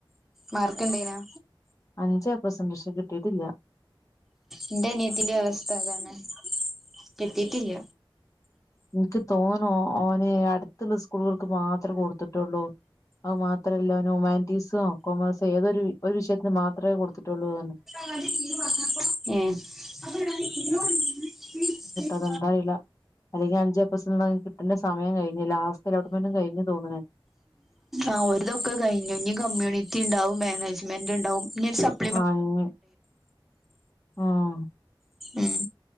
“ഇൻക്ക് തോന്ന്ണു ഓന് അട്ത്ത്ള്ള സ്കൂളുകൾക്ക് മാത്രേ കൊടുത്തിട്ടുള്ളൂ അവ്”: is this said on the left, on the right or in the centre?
Left